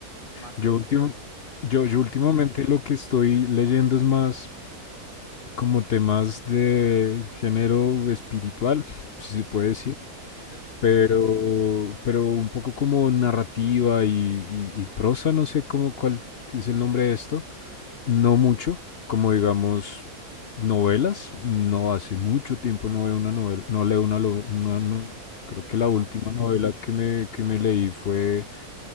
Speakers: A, on the right; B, on the left.
A: más
B: Yo,
A: tu estilo.
B: últim- yo,
A: Ujú,
B: yo últimamente lo que estoy leyendo es más como temas de género espiritual, <laughs> si se puede
A: Ujú,
B: decir,
A: Ok,
B: pero, pero un poco como narrativa y, y- y prosa, no sé cómo cuál es el nombre de esto, no mucho, como digamos novelas, no hace mucho tiempo no veo una novela, no leo una, lo- una no-
A: mm,
B: creo que la
A: Ajá,
B: última novela que me, que me leí fue